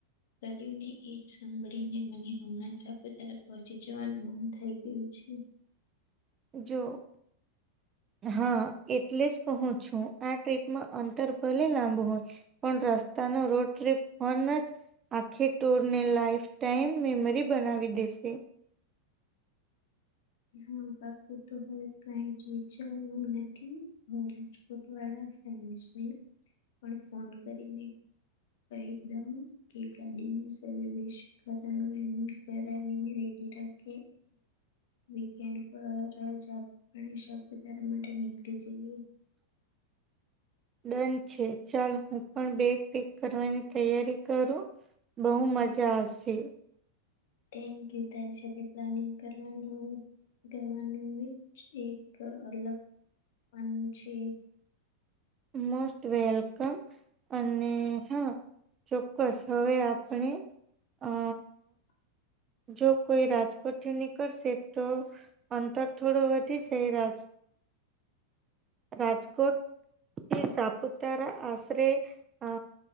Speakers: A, on the left; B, on the right.
A: કર્યુંને એ જ સાંભળીને મને હમણાં સાપુતારા પહોંચી જવાનું મન થઈ ગયું છે.
B: જો. હા. એટલે જ કહું છું. આ ટ્રીપમાં અંતર ભલે લાંબુ હોય પણ રસ્તાનો રોટ્રી પણ જ આખી ટૂર ને લાઈફ ટાઈમ મેમરી બનાવી દેશે.
A: હા પાકું તો હવે, કઈ જ વિચારવું નથી. હું રાજકોટ વાળા ફ્રેન્ડસને પણ ફોન કરીને. કહી દઉ કે ગાડીની સર્વિસ કરાવેનું. ત્યારે આવીને રેડી રાખે. વીકેન્ડ પર જ આપણે સાપુતારા માટે નીકળી જઈએ. <inaudible>
B: ડન છે. ચાલ હું પણ બેગ પેક કરવાની તૈયારી કરું. બહુ મજા આવશે.
A: થેન્ક યુ તારી સાથે પ્લાનિંગ કરવાની ધનવાનોનું જ એક અલગ પન છે.
B: Most welcome. અને હા ચોક્કસ. હવે આપણે
A: <inaudible>
B: અ જો કોઈ રાજકોટથી નીકળશે તો અંતર થોડું વધી જાય. રાજ રાજકોટ થી સાપુતારા આશરે અ